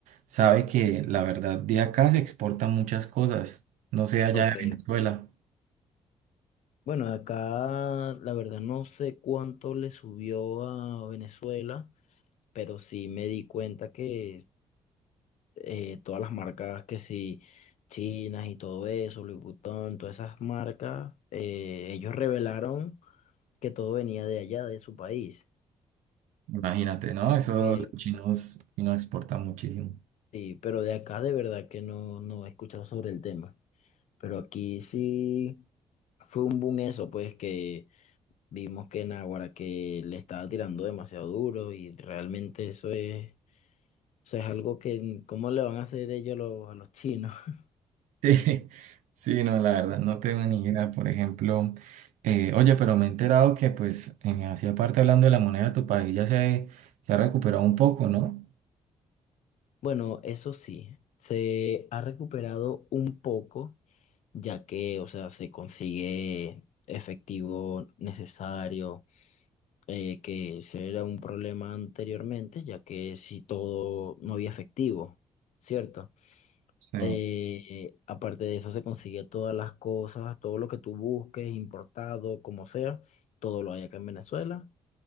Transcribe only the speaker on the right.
sabe que la verdad de acá se exportan muchas cosas. No sé allá
de Venezuela.
Imagínate, ¿no? Eso
los chinos, chinos exportan muchísimo.
<laughs> Sí, sí, no, la verdad, no tengo ni idea. Por ejemplo, eh, oye, pero me he enterado que, pues, en Asia, aparte hablando de la moneda de tu país, ya se, se ha recuperado un poco, ¿no?
Sí.